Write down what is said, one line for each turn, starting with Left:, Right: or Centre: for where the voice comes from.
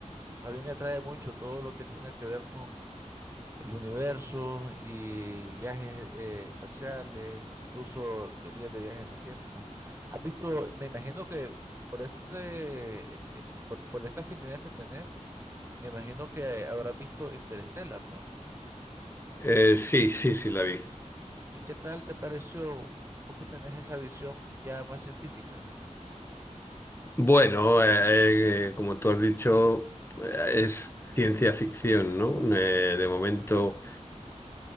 Right: a mí me atrae mucho todo lo que tenga que ver con, el universo y viajes eh, espaciales, incluso teorías de viajes en el tiempo. ¿Has visto? Me imagino que por este, eh, eh, por, por esta afinidad que tenés, me imagino que habrás visto Interstellar, ¿no?
Left: Eh, sí, sí, sí, la vi.
Right: ¿Y qué tal te pareció vos que tenés esa visión ya más científica?
Left: Bueno, eh, eh, como tú has dicho, eh, es ciencia ficción, ¿no? Eh, de momento,